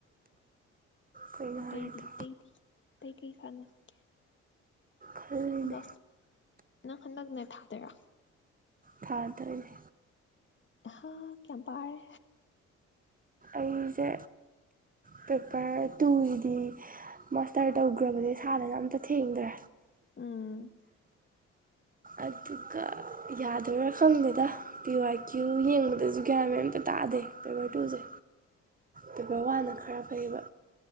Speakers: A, on the right; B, on the left.
A: ꯀꯩꯅꯣ
B: ꯑꯇꯩꯩꯗꯤ
A: ꯍꯥꯏꯔꯤꯗꯣ
B: ꯑꯇꯩꯩꯗꯤ ꯑꯇꯩ ꯀꯩ ꯇꯥꯅꯥꯁꯤꯒꯦ
A: ꯈꯜꯂꯤꯅꯦ
B: ꯂꯁ ꯅꯪ ꯈꯟꯗꯛ ꯅꯦꯠ ꯊꯥꯗꯣꯏꯔ
A: ꯊꯥꯗꯣꯏꯅꯦ
B: ꯍꯥ ꯀꯌꯥꯝ ꯄꯥꯔꯦ
A: ꯑꯩꯁꯦ ꯄꯦꯄꯔ ꯇꯨꯒꯤꯗꯤ ꯃꯥꯁꯇꯔ ꯇꯧꯈ꯭ꯔꯕꯅꯦ ꯁꯥꯗꯅ ꯑꯝꯇ ꯊꯦꯡꯈ꯭ꯔꯦ
B: ꯎꯝ
A: ꯑꯗꯨꯒ ꯌꯥꯗꯣꯏꯔꯥ ꯈꯪꯗꯦꯗ ꯄꯤ ꯋꯥꯏ ꯀ꯭ꯌꯨ ꯌꯦꯡꯕꯗꯁꯨ ꯒ꯭ꯌꯥꯟ ꯃꯦꯟ ꯑꯝꯇ ꯇꯥꯗꯦ ꯄꯦꯄꯔ ꯇꯨꯁꯦ ꯄꯦꯄꯔ ꯋꯥꯟꯅ ꯈꯔ ꯐꯩꯌꯦꯕ